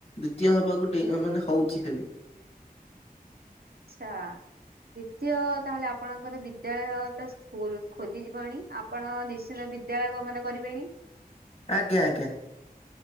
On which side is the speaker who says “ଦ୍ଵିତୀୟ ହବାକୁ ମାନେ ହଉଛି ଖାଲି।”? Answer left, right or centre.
Left